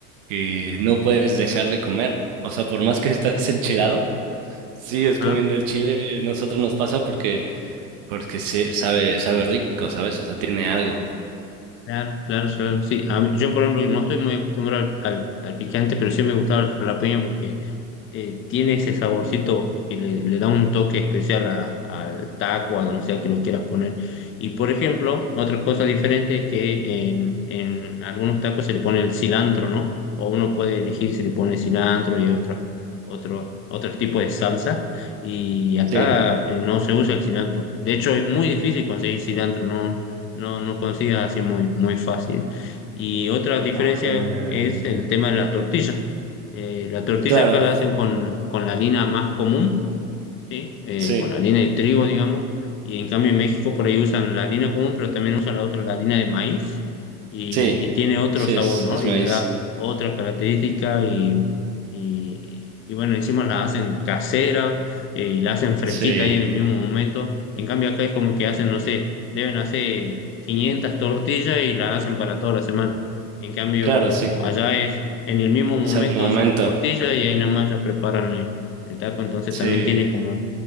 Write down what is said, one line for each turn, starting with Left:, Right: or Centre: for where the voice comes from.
Right: que no puedes dejar de comer. O sea, por más que estás enchilado, sigues
Left: Ajá.
Right: comiendo el chile, nosotros nos pasa porque, porque se, sabe, sabe rico, ¿sabes? O sea, tiene algo.
Left: Claro, claro, claro, sí. A mí- yo, por ejemplo, no estoy muy acostumbrado al, al- al picante, pero sí me gustaba el jalapeño porque eh, tiene ese saborcito que le, le da un toque especial a- al taco, a donde sea que lo quieras poner. Y por ejemplo, otra cosa diferente es que en, en algunos tacos se le pone el cilantro, ¿no? O uno puede elegir si le pone cilantro y otros otros otros tipos de salsa. Y acá
Right: Sí.
Left: eh, no se usa el cilantro. De hecho, es muy difícil conseguir cilantro, no, no, no consigas así muy, muy fácil. Y otra diferencia
Right: Ah,
Left: es el
Right: ya.
Left: tema de la tortilla. Eh, la tortilla
Right: Claro,
Left: acá la hacen con, con la harina más común. ¿sí? Eh,
Right: sí,
Left: con la harina de trigo, digamos, y en cambio en México por ahí usan la harina común, pero también usan la otra, la harina de maíz, y,
Right: sí,
Left: y tiene otro
Right: sí,
Left: sabor,
Right: es,
Left: ¿no?
Right: es
Left: Y
Right: maíz.
Left: le da otra característica y, y, y bueno, encima la hacen casera eh, y la hacen fresquita
Right: Sí,
Left: ahí en el mismo momento. En cambio acá es como que hacen, no sé, deben hacer 500 tortillas y las hacen para toda la semana. En cambio
Right: claro, sí,
Left: allá es, en el mismo momento
Right: es al momento.
Left: hacen la tortilla y ahí nada más ya preparan el el taco, entonces
Right: Sí,
Left: también tiene como